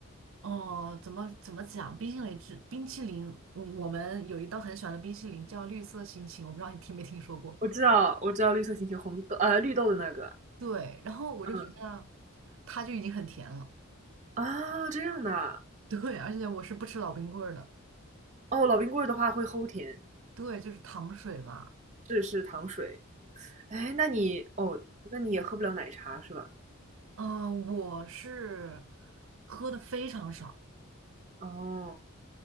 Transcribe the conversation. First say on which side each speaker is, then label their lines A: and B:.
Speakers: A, on the right; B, on the right.
A: 哦，怎么怎么讲？冰淇淋之冰淇淋，嗯我们有一道很喜欢的冰淇淋叫绿色心情，我不知道你听没听说过。
B: 我知道，我知道绿色星球红豆呃绿豆的那个，
A: 对，然后我就觉得
B: 嗯
A: 它就已经很甜了。
B: 啊，这样的啊
A: 对，而且我是不吃老冰棍儿的。
B: 哦，老冰棍儿的话会齁甜，
A: 对，就是糖水嘛。
B: 是是糖水。哎，那你哦，那你也喝不了奶茶是吧？
A: 嗯、我是喝的非常少。
B: 哦，